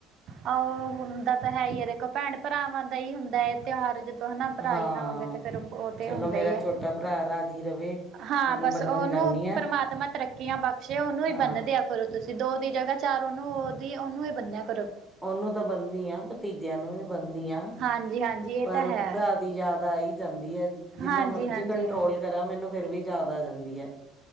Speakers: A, on the right; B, in the centre.
A: ਆਹੋ ਹੁੰਦਾ ਤਾਂ ਹੈ ਹੀ ਐ। ਦੇਖੋ ਭੈਣ ਭਰਾਵਾਂ ਦਾ ਹੀ ਹੁੰਦਾ ਐ ਤੇਓਹਾਰ, ਜਦੋਂ ਹਨਾ ਭਰਾ
B: ਹਾਂ
A: ਈ ਨਾ ਹੋਵੇ ਤੇ ਫੇਰ ਔ ਤੇ
B: ਚਲੋ
A: ਹੁੰਦਾ ਈ ਐ।
B: <unintelligible>
A: ਹਾਂ
B: ਉਹਨੂੰ
A: ਬਸ
B: ਬੰਨਣ
A: ਔਨੂੰ
B: ਜਾਂਦੀ ਆ
A: ਪਰਮਾਤਮਾ ਤਰੱਕੀਆਂ ਬਕਸ਼ੇ, ਔਨੂੰ ਈ
B: ਹਾਂ
A: ਬੰਨਦੇ ਆ ਕਰੋ ਤੁਸੀਂ ਦੋ ਦੀ ਜਗਾ ਚਾਰ ਔਨੂੰ ਔਦੀ ਔਨੂੰ ਈ ਬੰਨਿਆ ਕਰੋ।
B: ਔਨੂੰ ਤਾਂ ਬਨੀ ਆਂ, ਭਤੀਜੇਆਂ ਨੂੰ ਵੀ ਬਨੀ ਆਂ।
A: ਹਾਂਜੀ ਹਾਂਜੀ ਇਹ
B: ਪਰ
A: ਤਾਂ ਹੈ
B: ਪਰਾ ਦੀ ਯਾਦ ਆ ਈ ਜਾਂਦੀ ਐ, ਜਿੰਨਾ
A: ਹਾਂਜੀ
B: ਮਰਜੀ
A: ਹਾਂਜੀ
B: ਕੰਟਰੋਲ ਕਰਾਂ ਮੈਨੂੰ ਫੇਰ ਵੀ ਯਾਦ ਆ ਜਾਂਦੀ ਐ